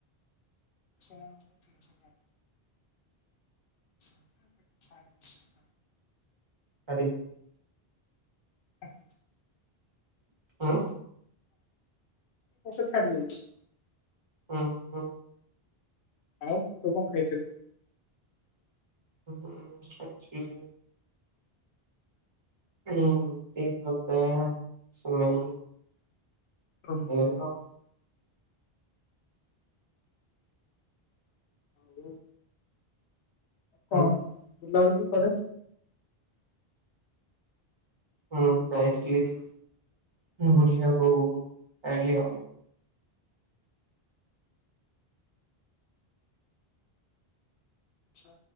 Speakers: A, on the left; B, on the right.
A: ସେ <inaudible> ହ <inaudible>
B: <unintelligible>
A: ଆ <inaudible>
B: ହଁ
A: କଷ ଛାଡ଼ି ଯାଇଛି।
B: ହଁ ହଁ
A: ଆଉ ତୁ କଣ ଖାଇଥିଲୁ?
B: ହ <inaudible> ଉଁ ରୁଟି ଭଜା ସିମେଇ
A: ଓହୋ।
B: <inaudible>
A: ହୁଁ
B: ହୁଁ
A: କଣ ବୁଲାବୁଲି ପଡେ।
B: ହଁ ଯାଇଥିଲି ବୁଲିବାକୁ ଆାଇଲି ଆଉ
A: ଆଛା